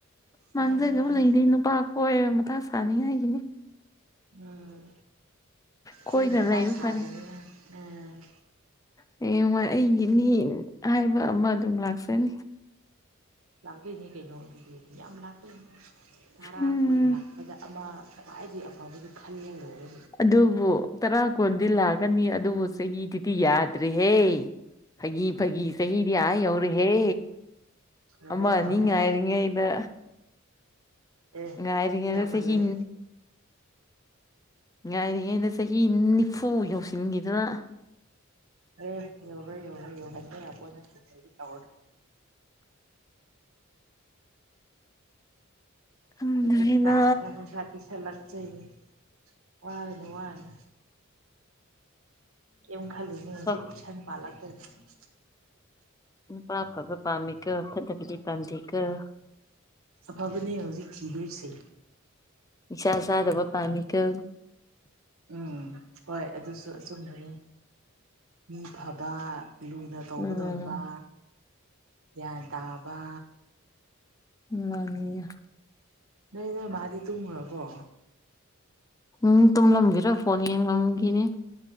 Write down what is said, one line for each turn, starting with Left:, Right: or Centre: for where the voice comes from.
Left: ꯃꯥꯡꯖꯅꯕ
Right: ꯃꯥꯅꯦ ꯃꯥꯅꯦ
Left: ꯂꯩꯔꯤ ꯅꯨꯄꯥ ꯀꯣꯏꫪ ꯇꯥꯁ <unintelligible>
Right: ꯎꯝ꯫
Left: ꯀꯣꯏꯅ
Right: ꯆꯦ ꯃꯊꯥ
Left: ꯂꯩꯕ
Right: ꯁꯥꯗꯅ
Left: ꯐꯔꯦ꯫ ꯍꯌꯦꯡꯋꯥꯏ ꯑꯩꯒꯤꯅꯤ ꯍꯥꯏꯕ ꯑꯃ ꯂꯥꯛꯁꯅꯤ꯫
Right: ꯂꯥꯛꯇꯣꯏꯅꯦ ꯀꯩꯅꯣ ꯑꯗꯨꯒꯤꯗꯤ ꯌꯥꯝ ꯂꯥꯛꯇꯣꯏꯅꯦ꯫ ꯇꯔꯥ
Left: ꯎꯝ
Right: ꯀꯨꯟ ꯂꯥꯛꯄꯗ ꯑꯃ ꯈ꯭ꯋꯥꯏꯗꯤ ꯑꯐꯕꯗꯨ ꯈꯜꯂ ꯂꯣꯏꯔꯦ
Left: ꯑꯗꯨꯕꯨ ꯇꯔꯥ ꯀꯨꯟꯗꯤ ꯂꯛ ꯅꯤ ꯑꯗꯨꯕꯨ ꯆꯍꯤꯗꯨꯗꯤ ꯌꯥꯗ꯭ꯔꯦꯍꯦ ꯐꯥꯒꯤ- ꯐꯥꯒꯤ ꯆꯍꯤꯗꯤ ꯑꯥ ꯌꯧꯔꯦꯍꯦ!
Right: ꯀꯩꯅꯣ ꯌꯧꯔꯦ
Left: ꯑꯃ
Right: ꯌꯧꯔꯦ
Left: ꯅꯤ ꯉꯥꯏꯔꯤꯉꯩꯗ꯫
Right: ꯑꯦ
Left: ꯉꯥꯏꯔꯤ
Right: ꯃꯤ
Left: ꯑꯩꯗꯤ
Right: ꯌꯥꯝꯍꯜꯂꯣꯏ
Left: ꯆꯍꯤ ꯉꯥꯏꯔꯤꯉꯩꯩꯅ ꯆꯍꯤ ꯅꯤꯐꯨ ꯌꯧꯁꯤꯟꯈꯤꯗꯅ
Right: ꯑꯦ ꯌꯧꯔꯣꯏ ꯌꯧꯔꯣꯏ ꯌꯧꯍꯟꯕ ꯌꯥꯄꫭꯠ ꯅꯦꯠꯇꯦꯗ
Left: ꯈꯪꯗ꯭ꯔꯦꯅ
Right: ꯍꯧꯖꯤꯛ ꯁꯥ ꯊꯕꯛ ꯈꯔ ꯄꯤꯁꯜꯂꯛ ꯆꯩꯅꯤ ꯋꯥꯔꯅ ꯋꯥꯅ ꯀꯦꯝ ꯈꯜꯂꯨꯅꯨ ꯍꯧꯖꯤꯛ
Left: ꯑꯐ
Right: ꯑꯦꯛꯁꯟ ꯄꯥꯜꯂꯥꯛ ꯇꫭꯏ ꯎꯝ
Left: ꯅꯨꯄꯥ ꯐꯕ ꯄꯥꯝꯃꯤꯀꯣ ꯐꯠꯇꯕꯗꯤ ꯄꯥꯝꯗꯦ ꯀꫭ
Right: ꯑꯐꯕꯅꯦ ꯍꯧꯖꯤꯛ ꯊꯤꯗꯣꯏꯁꯦ
Left: ꯅꯤꯁ ꯆꯗꯕ ꯄꯥꯝꯃꯤ ꯀꫭ
Right: ꯎꯝ ꯍꯣꯏ ꯑꯗꯨꯁꯨ ꯑꯆꯨꯝꯕꯅꯤ ꯎꯝ ꯑꯐꯕ ꯂꯨꯅ ꯇꯧꯒꯗꯕ
Left: ꯎꯝ
Right: ꯒ꯭ꯌꯥꯟ ꯇꯥꯕ
Left: ꯃꯥꯉ
Right: ꯅꯣꯏ ꯅꯣꯏ ꯃꯥꯗꯤ ꯇꯨꯝꯈ꯭ꯔꯕꯣ
Left: ꯎꯝ ꯇꯨꯝꯃꯝ ꯈꯤꯔꯣꯏ ꯐꯣꯟ ꯌꯦꯡ ꯂꯝꯈꯤꯅꯤ